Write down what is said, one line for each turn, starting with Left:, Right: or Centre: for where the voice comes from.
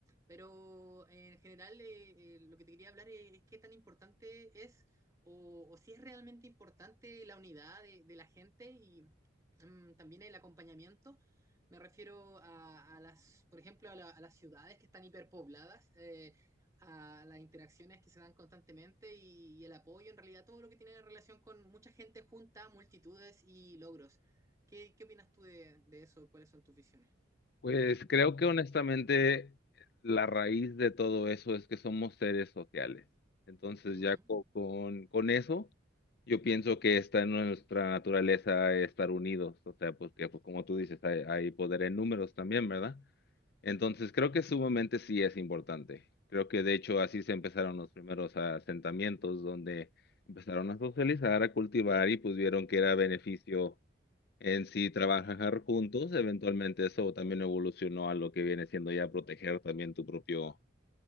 Right: Pero en general, eh, eh, lo que te quería hablar es, es qué tan importante es o, o si es realmente importante la unidad de, de la gente y mm, también el acompañamiento. Me refiero a, a las, por ejemplo, a, la- a las ciudades que están hiperpobladas, eh, a las interacciones que se dan constantemente y, y el apoyo, en realidad todo lo que tiene relación con mucha gente junta, multitudes y logros. ¿Qué, qué opinas tú de, de eso? ¿Cuáles son tus visiones?
Left: Pues creo que honestamente la raíz de todo eso es que somos seres sociales. Entonces
Right: Ujú,
Left: ya co- con, con eso yo pienso que está en nuestra naturaleza estar unidos. O sea, porque pues, como tú dices, hay, hay poder en números también, ¿verdad? Entonces creo que sumamente sí es importante. Creo que de hecho así se empezaron los primeros asentamientos donde empezaron a socializar, a cultivar y pues vieron que era beneficio en sí, trabajar juntos, eventualmente eso también evolucionó a lo que viene siendo ya proteger también tu propio,